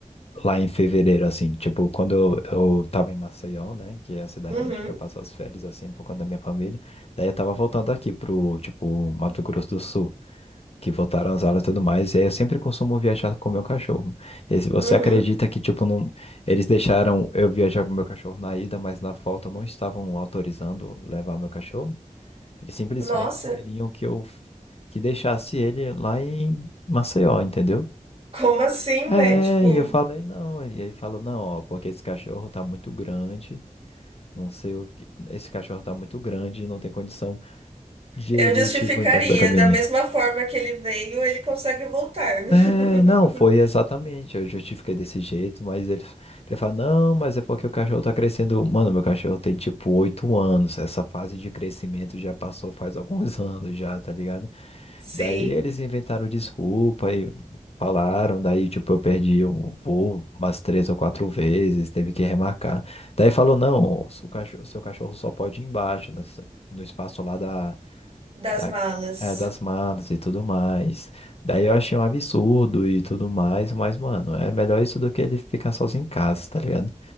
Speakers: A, on the left (about 50°); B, on the right (about 45°).
A: lá em fevereiro, assim, tipo, quando eu, eu tava em Maceió, né, que é a cidade
B: Uhum,
A: onde que eu passo as férias, assim, por conta da minha família, daí eu tava voltando aqui pro, tipo, Mato Grosso do Sul, que voltaram as aulas e tudo mais, e aí eu sempre costumo viajar com o meu cachorro. E se você
B: uhum.
A: acredita que, tipo, não, eles deixaram eu viajar com o meu cachorro na ida, mas na volta não estavam autorizando levar meu cachorro? Eles simplesmente
B: Nossa,
A: queriam que eu que deixasse ele lá em Maceió, entendeu?
B: como assim,
A: É,
B: né? Tipo.
A: e eu falei não. E ele falou, não, ó, porque esse cachorro tá muito grande, não sei o que. Esse cachorro tá muito grande e não tem condição de
B: Eu
A: ele,
B: justificaria,
A: tipo, embaixo da cabine.
B: da mesma forma que ele veio, ele consegue voltar.
A: É,
B: <laughs>
A: não, foi exatamente. Eu justifiquei desse jeito, mas ele, ele fala: não, mas é porque o cachorro tá crescendo. Mano, meu cachorro tem tipo oito anos. Essa fase de crescimento já passou faz alguns <laughs> anos já, tá ligado?
B: Sim,
A: Daí eles inventaram desculpa e falaram. Daí, tipo, eu perdi o voo umas três ou quatro vezes, teve que remarcar. Daí falou: não, o seu cachorro, seu cachorro só pode ir embaixo, nessa- no espaço lá da
B: das
A: da,
B: malas.
A: é, das malas e tudo mais. Daí eu achei um absurdo e tudo mais, mas, mano, é melhor isso do que ele ficar sozinho em casa, tá ligado?